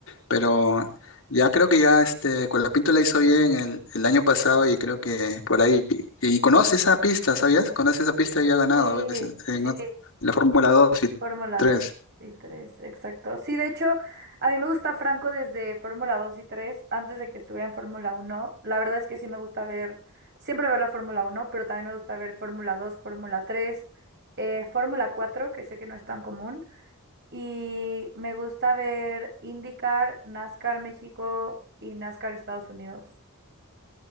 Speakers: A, on the left; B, on the right.
A: Pero ya creo que ya este Colapinto la hizo bien el, el año pasado y creo que por ahí, y conoce esa pista, ¿sabías? Conoce esa pista y ha ganado
B: Sí,
A: a veces en,
B: sí,
A: ot-
B: sí.
A: en la Fórmula 2 y
B: Fórmula
A: 3.
B: 2 y 3, exacto. Sí, de hecho, a mí me gusta Franco desde Fórmula 2 y 3, antes de que estuviera en Fórmula uno. La verdad es que sí me gusta ver, siempre ver la Fórmula uno, pero también me gusta ver Fórmula 2, Fórmula 3, eh, Fórmula 4, que sé que no es tan común. Y me gusta ver IndyCar, NASCAR México y NASCAR Estados Unidos.